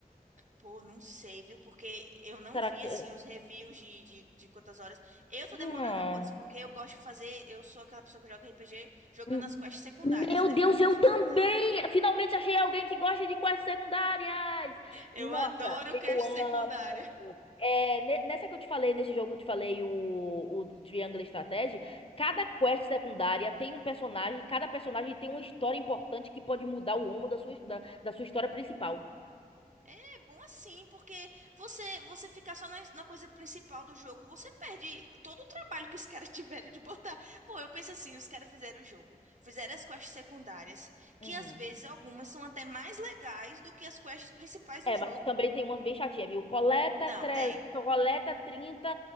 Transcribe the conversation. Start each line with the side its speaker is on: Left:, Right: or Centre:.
Right: Pô, não sei, viu? Porque eu não
Left: Será
Right: vi,
Left: que.
Right: assim, os reviews de, de, de quantas horas. Eu tô
Left: Hum.
Right: demorando horrores, porque eu gosto de fazer. Eu sou aquela pessoa que joga RPG jogando
Left: Hum.
Right: as quests secundárias,
Left: Meu
Right: né?
Left: Deus,
Right: Eu gosto
Left: eu também!
Right: de fazer.
Left: Finalmente achei alguém que gosta de quests secundárias!
Right: Eu
Left: Nossa,
Right: adoro
Left: eu
Right: quest
Left: amo!
Right: secundária.
Left: É, ne- nessa que eu te falei, nesse jogo que eu te falei, o, o Triangle Strategy, cada quest secundária tem um personagem, cada personagem tem uma história importante que pode mudar o rumo da sua, da, da sua história principal.
Right: É bom assim, porque você você ficar só na, na coisa principal do jogo, você perde todo o trabalho que os caras <laughs> tiveram de botar. Pô, eu penso assim, os caras fizeram o jogo, fizeram as quests secundárias,
Left: Uhum.
Right: que às vezes algumas são até mais legais do que as quests principais do
Left: É,
Right: jogo.
Left: mas também tem umas bem chatinhas, viu? Coleta,
Right: Não,
Left: tre...
Right: tem.
Left: Coleta trinta